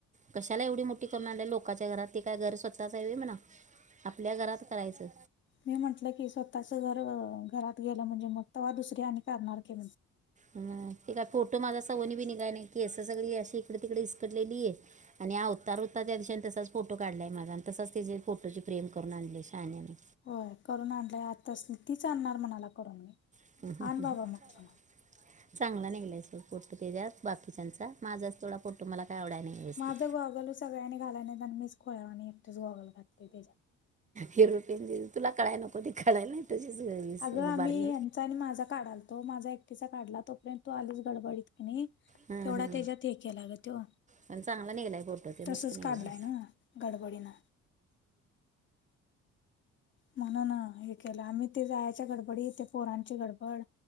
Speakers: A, on the right; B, on the left.
A: कशाला एवढी मोठी करून आणली लोकाच्या घरात ते काय घर स्वतःचवी म्हणा. आपल्या घरात करायचं.
B: मी म्हटलं की स्वतःच जर घरात गेलं म्हणजे मग तेव्हा दुसरी आणि करणार की
A: ह ते काय फोटो माझा सवनी बी नि काय नाही की असं सगळी अशी इकडे तिकडे इस्कटलेली. आणि ह अवतार होता त्या दिशेने तसाच फोटो काढलाय माझा आणि तसच त्या फोटोची फ्रेम करून आणली शहाानने.
B: होय करून आणलंय आता अस तीच आणणार म्हणाला करून मी.
A: ह
B: आण बाबा
A: ह
B: म्हटलं
A: ह.
B: मग.
A: चांगला निघलाय सल कुर्त तेजत बाकीच्यांचा माझा थोडा फोटो मला काय आवडाय नाही. व्यवस्थित
B: माझं गॉगल्स सगळ्यांनी घालाय नाही मीच खो आणि एकटेच गॉगल. घातली त्याच्यात
A: हिरोपियन तुला कळाय नको ते कळायला नाही. तशीच वीस
B: आग आमही
A: उभारली
B: आणि माझा काढाला तो माझा एकटीचा काढला तोपर्यंत तू आलीच गडबडीत क नाही.
A: हां
B: तेवढा
A: हां
B: त्याच्यात हे केला ग तो.
A: पण चांगला निघलाय फोटो ते
B: तसच
A: मस्त निघलाय.
B: काढलाय ना गडबडीनं म्हण ना हे केलं आम्ही ते जाण्याच्या गडबडीत एक पोरांची गडबड.